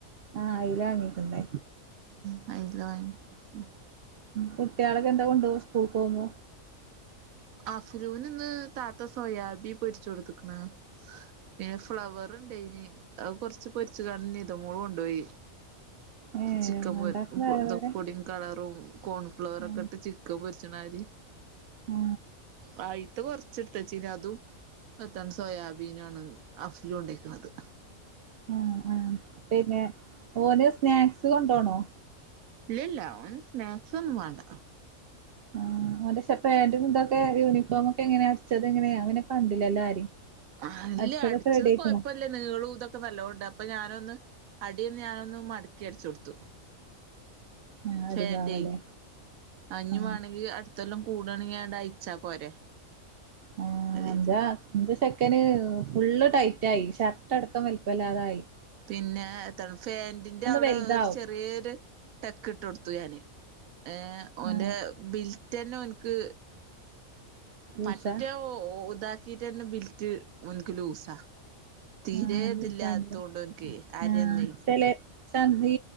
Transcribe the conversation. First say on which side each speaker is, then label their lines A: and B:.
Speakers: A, on the right; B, on the right.
A: ആ അയല വാങ്ങീട്ടണ്ട്
B: <unintelligible>
A: കുട്ടികളൊക്കെ എന്താ കൊണ്ട സ്കൂൾ പോകുമ്പോ
B: അഫലൂന് ഇന്ന് താത്ത സോയാബി പൊരിച്ച കൊടുത്തക്കണ് പിന്നെ ഫ്ലവർ ഉണ്ടഏനി അത് കൊറച്ച് പൊരിച്ചകണ്ട് നിതുമോള കൊണ്ടോയി
A: ഏ
B: ചിക്കൻ
A: ഒന്നുണ്ടാക്കും വേറെ
B: പൊന്ത
A: വേറെ
B: പൊടിയും കളറും കോൺഫ്ലവറ
A: ആ
B: ഒക്കെ ഇട്ട് ചിക്കൻ പൊ ചനാരി
A: ആ
B: അയിത്തെ കൊറച്ച് എടുത്തച്ചീനു അതും താണ് സോയാബീനാണ് അഫ്‌ലു കൊണ്ടരിക്കണത്
A: ആ ആ പിന്നെ ഓന് സ്നാക്സ് കൊണ്ടോണോ
B: ഇല്ലല്ല ഓന് സ്നാക്സ് ഒന്നും വേണ്ട
A: ആ അവന്റെ പക്ഷെ പാന്റ് യൂണിഫോമ ഒക്കെ എങ്ങനെ അടി ച്ചത് എങ്ങനെയാ അവനെ കണ്ടില്ലല്ലോ ആരിം
B: അല്ലേ
A: അടിച്ചതൊക്കെ
B: അടിച്ചത്
A: റെഡി ആയിക്ക്ണോ
B: കൊഴപ്പല്ലേ നീളും ഇതൊക്കെ നല്ലതോണ്ട് അപ്പൊ ഞാനൊന്ന് അടിയന്ന് ഞാനൊന്ന് മടക്കി അടിച്ചു കൊടുത്തു
A: ആ
B: ഫെന്റ്
A: അടിഭാഗല്ലേ
B: ഞ്ഞി
A: ആ
B: വാണെങ്കിൽ അടുത്തല്ലാം കൂടണിങ്കിൽ ഒന്ന് അയച്ചാ പോരെ
A: ആ
B: കരുതീട്ട്.
A: എന്താ എന്ത ചെക്കന് ഫുള് ടൈ റ്റായി ഷർട്ട് അടക്കം വലുപ്പല്ലാതായി
B: പിന്നെ എത്താണ് ഫാൻറിന്റെ അവിടെ
A: വലുതാവും
B: ഒരു ചെറിയൊരു ടെക്ക് ഇട്ട് കൊടുത്തു ഞാന് ഏ ഓന്റെ
A: ആ
B: ബിൽറ്റ്ന്നെ ഓൻക്ക്
A: ലൂസാ
B: പറ്റെ ത കിടന്നാരുന്ന ബിൽറ്റ് ഓന്ക് ലൂസാ തീരെ
A: ആ
B: ഇതില്ലാത്തുകൊണ്ട്
A: ലൂസാണല്ലേ
B: അരന്ന്
A: ആഹ് ചെലെ ചന്തി